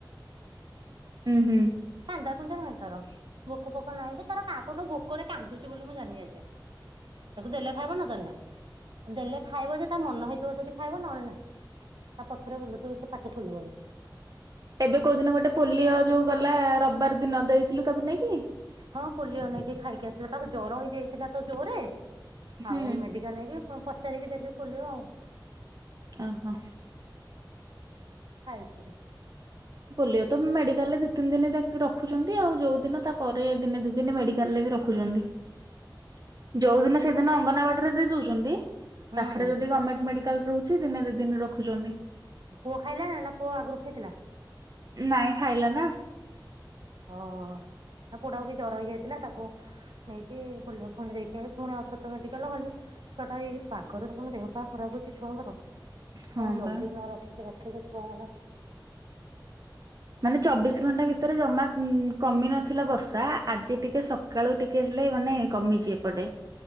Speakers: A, on the right; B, on the right.
A: ଉଁହୁଁ।
B: କାନ୍ଦାକୁନ୍ଦି ନାହିଁ ତାର। ଭୋକ ଫୋକ ନାହିଁ କି ତାର କା କୋଉଦିନ ଭୋକରେ କାନ୍ଦୁଚି ବୋଲି ମୁଁ ଜାଣନି ଆସିଯାଏ। ତାକୁ ଦେଲେ ଖାଇବ ନ ଦେଲେ ନାହିଁ। ଦେଲେ ଖାଇବ ଯେ ତା ମନ ହେଇଥିବ ଯଦି ଖାଇବ ନହେଲେ ନାଇଁ ତା ପଛରେ ବୁଲୁଥୁବୁ ସେ ପାଟି ଖୋଲିବନି।
A: ଏବେ କୋଉ ଦିନ ଗୋଟେ ପୋଲିଓ ଯୋଉ ଗଲା ରବିବାର ଦିନ ଦେଇଥିଲୁ ତାକୁ ନେଇକି?
B: ହଁ ପୋଲିଓ ନେଇକି ଖାଇକି ଆସିଲା ତାକୁ ଜର ହେଇଯାଇଥିଲା ତ ଜୋରେ
A: ହୁଁ
B: ଆଉ ମେଡି କାଲ ନେଇକି ପୁଣ ପଚାରିକି ଦେଲିି ପୋଲିଓ ଆଉ।
A: ଅହ।
B: ଖାଇଚି ମୁଁ।
A: ପୋଲିଓ ତ ମେଡିକାଲରେ ଦିତିନି ଦିନି ନାକି ରଖୁଚନ୍ତି ଆଉ ଯୋଉଦିନ ତା ପରେ ଦିନେ ଦିଦିନି ମେଡିକାଲରେ ବି ର ରଖୁଚନ୍ତି।
B: <inaudible>
A: ଯୋଉଦିନ ସେଦିନ ଅଙ୍ଗନବାଡିରେ ଦେଇଦୋଉଚନ୍ତି
B: ହୁଁ
A: ପାଖରେ ଯଦି ଗମେଣ୍ଟ ମେଡିକାଲ ରହୁ ଚି ଦିନେ ଦିଇଦିନେ ରଖୁଚନ୍ତି।
B: ଆଉ ପୁଅ ଖାଇଲା ନା ପୁଅ ଆଗରୁ ଖାଇଥିଲା?
A: ନାଇଁ ଖାଇଲା ନା।
B: ହ ହ ହ ତା ପୁଅଟାକୁ ବି ଜର ହେଇଯାଇଥିଲା ତାକୁ ନେଇକି ପୋଲିଓ ଫୁଣି ଦେଇକି ଆଇ ପୁଣି ଆଉଥରେ ତ ମେଡିକାଲ ତ ଗଲି। ଛୁଆଟା ଏଇଯୋଉ ପାଗରେ ଦେଖୁନୁ ଦେହପା ଖରାପ ହୋଉଚି ଛୁଆଙ୍କର।
A: ହଁ
B: ତାଙ୍କୁ ଜଗିି
A: ବା
B: ନ ରଖିକି ରଖିଲେ ଛୁଆମାନେ
A: ମାନେ ଚବିଶ ଘଣ୍ଟା ଭିତରେ ଜମା ଉଁ କମିନଥିଲା ବର୍ଷା ଆଜି ଟିକେ ସ ସକାଳୁ ଟିକେ ହେଲେ ମାନେ କମିଚି ଏପଟେ।